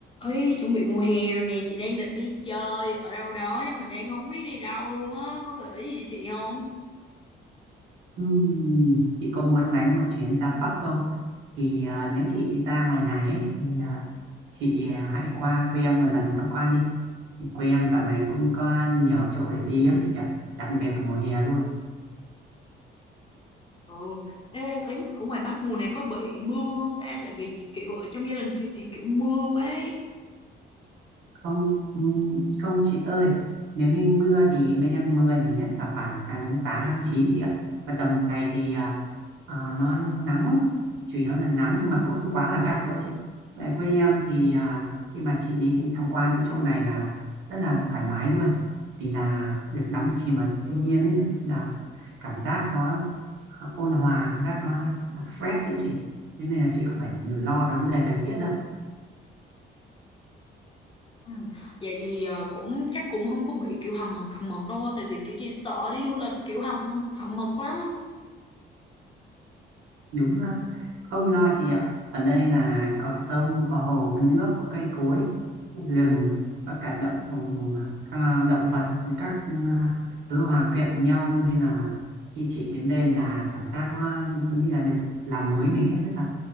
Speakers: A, on the left; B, on the right.
A: Ê, chuẩn bị mùa hè rồi nè, chị đang định đi chơi ở đâu đó nhưng mà đang không biết đi đâu luôn á, có gợi ý gì cho chị không?
B: Ừm, chị có muốn đánh một chuyến ra Bắc không? Thì à, nếu chị đi ra ngoài này ấy, thì à, chị à, hãy qua quê em một lần tham quan đi. Thì quê em dạo này cũng có nhiều chỗ để đi lắm chị ạ, đặc biệt là mùa hè luôn.
A: Ừ, ê, ý, là ở ngoài Bắc mùa này có bị mưa không ta? Tại vì kiểu ở trong gia đình chị thì kiểu mưa quá ấy.
B: không ừm, không chị ơi nếu như mưa thì bên em mưa nhiều nhất là khoảng tháng 8 tháng 9 chị ạ còn tầm này thì à, à, nó nắng chủ yếu là nắng nhưng mà cũng không quá là gắt đâu chị Tại quê em thì à, khi mà chị đi tham quan những chỗ này là rất là thoải mái luôn vì là được đắm chìm vào thiên nhiên ấy nên là cảm giác nó à, ôn hòa cảm giác nó fresh ấy chị thế nên là chị không phải lo về vấn đề thời tiết đâu
A: Ừ. Vậy thì ờ, cũng chắc cũng không có bị kiểu hầm hực hầm hực đâu, tại vì kiểu chị sợ đi du lịch kiểu hầm hầm hực lắm.
B: đúng á. không lo chị ạ ở đây là có sông có hồ có nước có cây cối rừng và cả động à, động vật các à, thứ hòa quyện với nhau nên là khi chị đến đây là cảm giác nó giống như là được làm mới mình ấy rất là